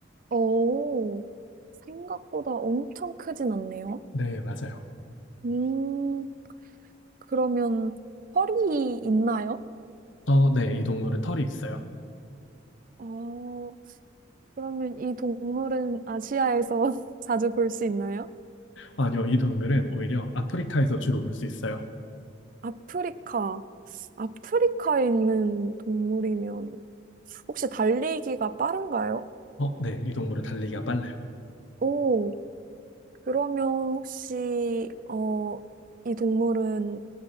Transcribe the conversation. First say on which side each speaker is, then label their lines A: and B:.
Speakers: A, on the right (about 45°); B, on the left (about 75°).
A: 오, 생각보다 엄청 크진 않네요.
B: 네, 맞아요.
A: 음, 그러면 허리 있나요?
B: 어, 네, 이 동물은 털이 있어요.
A: 어, 그러면 이 동물은 아시아에서 <laughs> 자주 볼 수 있나요?
B: 아니요, 이 동물은 오히려 아프리카에서 주로 볼 수 있어요.
A: 아프리카. 아프리카에 있는 동물이면 혹시 달리기가 빠른가요?
B: 어, 네, 이 동물은 달리기가 빨라요.
A: 오, 그러면 혹시, 어, 이 동물은